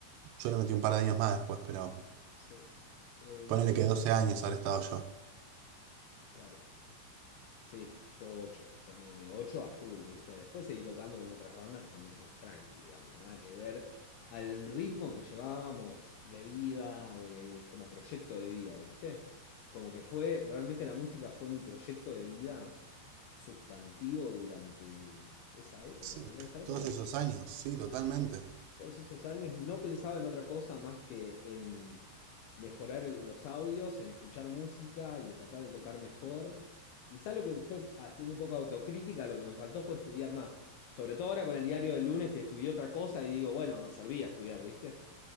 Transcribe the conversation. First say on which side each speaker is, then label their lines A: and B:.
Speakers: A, on the right; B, on the left.
A: Yo le metí un par de años más después, pero
B: Sí. Eh,
A: ponele que 12 años habré estado yo.
B: claro. Sí, yo 8, ponele 8 a full, ¿viste? Después seguí tocando con otras bandas, pero mucho más tranqui, digamos, nada que ver al ritmo que llevábamos de vida, de, como proyecto de vida, ¿viste? Como que fue, realmente la música fue mi proyecto de vida sustantivo durante esa época,
A: Sí,
B: boludo, en esa época.
A: todos esos años, sí, totalmente.
B: Todos esos años no pensaba en otra cosa más que en mejorar el- los audios, en escuchar música y en tratar de tocar mejor. Quizá lo que yo, haciendo un poco de autocrítica, lo que me faltó fue estudiar más. Sobre todo ahora con el diario del lunes que estudié otra cosa y digo, bueno, servía estudiar, ¿viste?